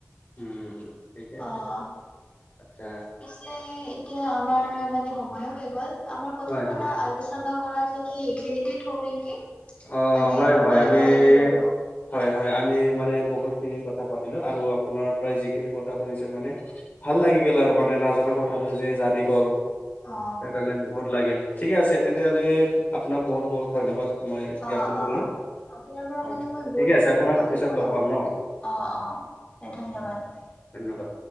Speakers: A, on the left (about 40°); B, on the left (about 25°).
A: উম ঠিকেই আছে
B: অ
A: আচ্ছা।
B: পিছে এতিয়া আমাৰ মানে সময়ো হৈ গ'ল আমাৰ কথা
A: হয় হয়
B: আলোচনা কৰা খিনি এইখিনিতে থওঁ নেকি
A: অ
B: মানে
A: হয়
B: সময়ো
A: হয় আমি
B: হৈ আহিল আৰু
A: হয় হয় আমি মানে বহুতখিনি কথা পাতিলো। আৰু আপোনাৰ প্ৰায় যিখিনি কথা শুনিছোঁ মানে ভাল লাগি গ'ল আৰু মানে নাজানা কথাটো যে জানি গ'ল।
B: অ
A: সেই কাৰণে বহুত ভাল লাগিল ঠিকে আছে তেন্তে হ'লে আপোনাক বহুত বহুত ধন্যবাদ। মই জ্ঞাপন
B: অ
A: কৰিলো।
B: অ আপোনাৰ পৰা
A: হয়
B: মানে মই
A: ঠিকে
B: বহুত
A: আছে
B: শিকিব
A: আপোনাক
B: পালোঁ
A: পিছত লগ
B: অ
A: পাম ন
B: অ অ দে ধন্যবাদ।
A: ধন্যবাদ।